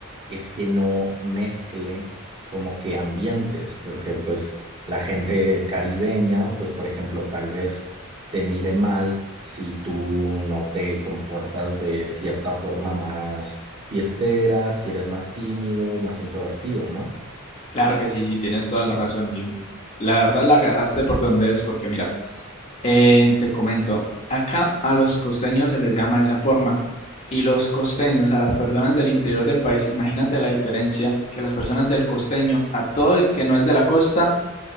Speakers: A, on the right; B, on the left.
A: es que no mezcle como que ambientes, porque pues... La gente caribeña, pues por ejemplo, tal vez te mire mal si tú no te comportas de cierta forma más fiestera, si eres más tímido, más introvertido, ¿no?
B: Claro que sí, sí, tienes toda la razón. Y la verdad la agarraste por donde es, porque mira, eh, te comento, acá a los costeños se les llama de esa forma y los costeños, a las personas del interior del país, imagínate la diferencia que las personas del costeño, a todo el que no es de la costa,